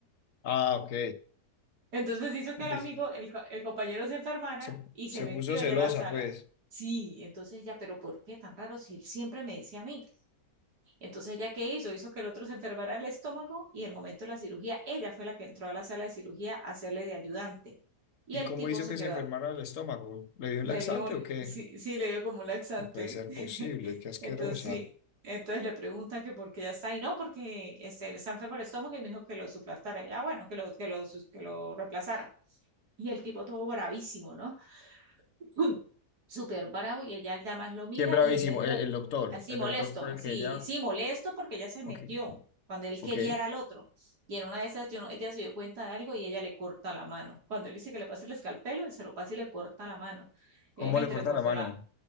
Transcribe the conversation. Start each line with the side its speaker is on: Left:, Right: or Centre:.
Left: Ah, ok.
Right: Entonces hizo que
Left: Entonces,
Right: el amigo, el, co- el compañero se enfermara
Left: se,
Right: y se
Left: se
Right: metió
Left: puso celosa,
Right: allá a la sala.
Left: pues.
Right: Sí, entonces ella, pero ¿por qué tan raro si él siempre me decía a mí? Entonces ella, ¿qué hizo? Hizo que el otro se enfermara el estómago y en el momento de la cirugía, ella fue la que entró a la sala de cirugía a hacerle de ayudante. Y
Left: ¿Y
Right: el
Left: cómo
Right: tipo
Left: hizo
Right: se
Left: que
Right: quedó,
Left: se enfermara el estómago? ¿Le dio
Right: le
Left: un laxante
Right: dio, un-
Left: o qué?
Right: sí, sí, le dio como un laxante.
Left: No puede ser
Right: <laughs>
Left: posible, qué asquerosa.
Right: Entonces sí, entonces le pregunta que por qué ya está ahí, no, porque este, le está enfermo el estómago y me dijo que lo suplantara. Ya, bueno, que lo, que lo, sus- que lo reemplazara. Y el tipo todo bravísimo, ¿no? <laughs> <clears throat> Súper bravo y ella ya más lo mira
Left: ¿Quién bravísimo?
Right: y en medio,
Left: El,
Right: de-
Left: el doctor.
Right: así
Left: El
Right: molesto,
Left: doctor por
Right: así,
Left: el que ella.
Right: sí, molesto porque ella se
Left: Ok.
Right: metió cuando él
Left: Ok.
Right: quería era al otro. Y en una de esas, yo no- ella se dio cuenta de algo y ella le corta la mano. Cuando él dice que le pase el escalpelo, él se lo pasa y le corta la mano.
Left: ¿Cómo
Right: Y obviamente
Left: le corta
Right: le cortó
Left: la mano?
Right: la,